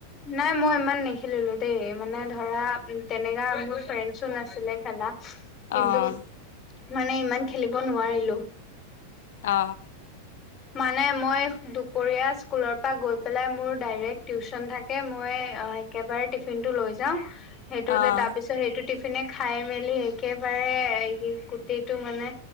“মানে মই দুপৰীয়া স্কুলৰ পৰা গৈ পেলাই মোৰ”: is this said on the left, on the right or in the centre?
Left